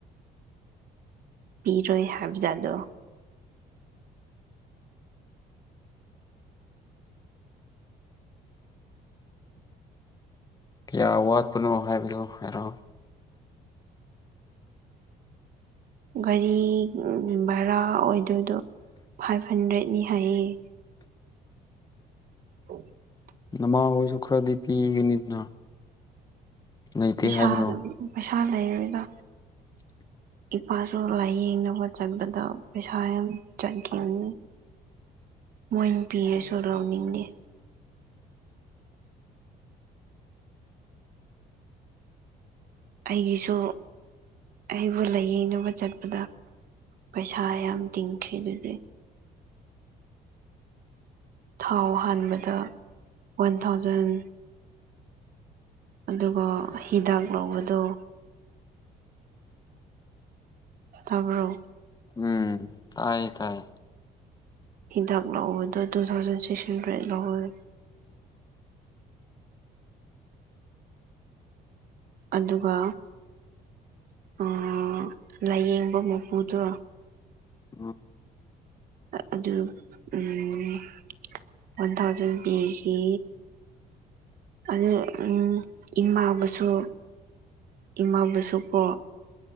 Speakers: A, on the right; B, on the left.
A: ꯄꯤꯔꯣꯏ ꯍꯥꯏꯕꯖꯗꯣ
B: ꯀꯌꯥ ꯋꯥꯠꯄꯅꯣ ꯍꯥꯏꯕꯗꯣ ꯍꯥꯏꯔꯛꯑꯣ
A: ꯒꯥꯔꯤ ꯚꯔꯥ ꯑꯣꯏꯗꯣꯏꯗꯣ ꯐꯥꯏꯚ ꯍꯟꯗ꯭ꯔꯦꯠꯅꯤ ꯍꯥꯏꯌꯦ <inaudible>
B: ꯅꯃꯥ ꯍꯣꯏꯁꯨ ꯈꯔꯗꯤ ꯄꯤꯒꯅꯤꯅ ꯂꯩꯇꯦ
A: ꯄꯩꯁꯥ
B: ꯍꯥꯏꯕ꯭ꯔꯣ
A: ꯄꯩꯁꯥ ꯂꯩꯔꯣꯏꯗ
B: <inaudible>
A: ꯏꯄꯥꯁꯨ ꯂꯥꯏꯌꯦꯡꯅꯕ ꯆꯠꯄꯗ ꯄꯩꯁꯥ ꯌꯥꯝ ꯆꯠꯈꯤꯅꯤ ꯃꯣꯏꯅ ꯄꯤꯔꯁꯨ ꯂꯧꯅꯤꯡꯗꯦ ꯑꯩꯒꯤꯁꯨ ꯑꯩꯕꯨ ꯂꯥꯏꯌꯦꯡꯅꯕ ꯆꯠꯄꯗ ꯄꯩꯁꯥ ꯌꯥꯝ ꯇꯤꯡꯈ꯭ꯔꯦ ꯑꯗꯨꯗꯤ ꯊꯥꯎ ꯍꯥꯟꯕꯗ ꯋꯥꯟ ꯊꯥꯎꯖꯟ ꯑꯗꯨꯒ ꯍꯤꯗꯥꯛ ꯂꯧꯕꯗꯣ ꯇꯥꯕ꯭ꯔꯣ
B: ꯎꯝ ꯇꯥꯏ ꯇꯥꯏ
A: ꯍꯤꯗꯥꯛ ꯂꯧꯕꯗ ꯇꯨ ꯊꯥꯎꯖꯟ ꯁꯤꯛꯁꯍꯟꯗ꯭ꯔꯦꯠ ꯂꯧꯍꯧꯌꯦ ꯑꯗꯨꯒ ꯑꯥ ꯂꯥꯏꯌꯦꯡꯕ ꯃꯄꯨꯗꯣ
B: ꯎꯝ
A: ꯑꯗꯨ ꯎꯝ ꯋꯥꯟ ꯊꯥꯎꯖꯟ ꯕꯤ ꯒꯤ ꯑꯗꯨ ꯎꯝ ꯏꯃꯥꯕꯨꯁꯨ ꯏꯃꯥꯕꯨꯁꯨ ꯀꯣ